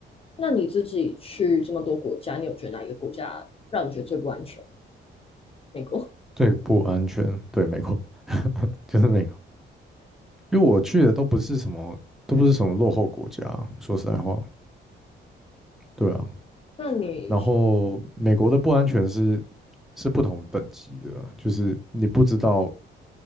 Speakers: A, on the left (about 30°); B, in the centre.
A: 那你自己去这么多国家，你有觉得哪一个国家让你觉得最不安全？美国？
B: 最不安全，对，美国 <laughs> 就是美国，因为我去的都不是什么，都不是什么落后国家，说实在话，对啊。
A: 那你
B: 然后美国的不安全是是不同等级的啊就是你不知道